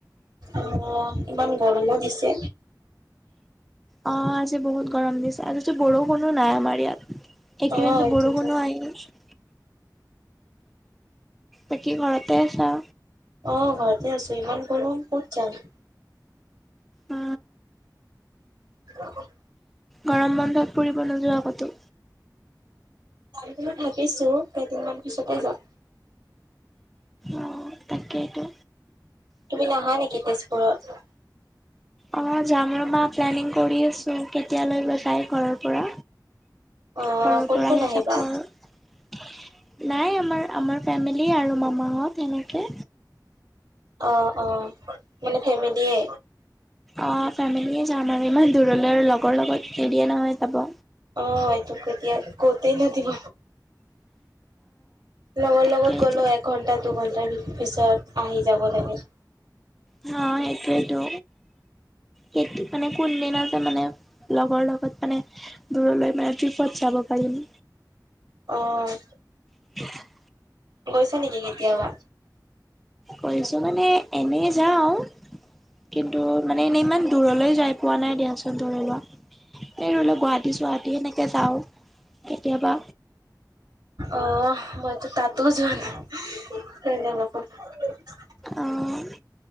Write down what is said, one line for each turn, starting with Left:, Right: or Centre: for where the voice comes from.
Right: অ', ইমান গৰমো দিছে।
Centre: অ', আজি বহুত গৰম দিছে, আজিটো বৰষুণো নাই আমাৰ ইয়াত। একেইদিনটো
Right: অ' এইটোতো।
Centre: বৰষুণনো <unintelligible> বাকী ঘৰতে আছা?
Right: অ', ঘৰতে আছো, ইমান গৰম ক'ত যাম।
Centre: আ।
Right: <inaudible>
Centre: গৰম বন্ধত ফুৰিব নোযোৱা কতো?
Right: যাম বুলি ভাবিছোঁ, কেইদিনমান পিছতে যাম।
Centre: অ', তাকেটো।
Right: তুমি নাহা নেকি তেজপুৰত?
Centre: অ', যাম ৰবা প্লেনিং কৰি আছো, কেতিয়ালৈ বা যাই ঘৰৰ পৰা।
Right: অ'
Centre: ঘৰৰ
Right: কোন
Centre: পৰাহে
Right: কোন আহিবা?
Centre: যাব আৰু। নাই আমাৰ, আমাৰ ফেমিলি আৰু মামাহত সেনেকে।
Right: অ', অ', মানে ফেমেলিয়ে।
Centre: অ', ফেমিলিয়ে যাম আৰু ইমান দূৰলৈ আৰু লগৰ লগত নিদিয়ে নহয় যাব।
Right: অ', এইটো কেতিয়া কতেনো দিব। লগৰ
Centre: তাকেইতো
Right: লগত গ'লেও একঘণ্টা, দুঘণ্টাৰ পিছত আহি যাব লাগে।
Centre: হ, সেইটোৱেতো। সেইত মানে কোনদিনাতে মানে লগৰ লগত মানে দূৰলৈ মানে ট্ৰিপত যাব পাৰিম।
Right: অ'।
Centre: <inaudible>
Right: গৈছা নেকি কেতিয়াবা?
Centre: গৈছো মানে এনে যাওঁ, কিন্তু মানে নে ইমান দূৰলৈ যাই পোৱা নাই দিয়াচোন ধৰি লোৱা, এই ধৰিলোৱা গুৱাহাটী চুৱাহাটী সেনেক এ চাওঁ কেতিয়াবা।
Right: অহ মইতো তাতো যোৱা নাই। <unintelligible>
Centre: অঁ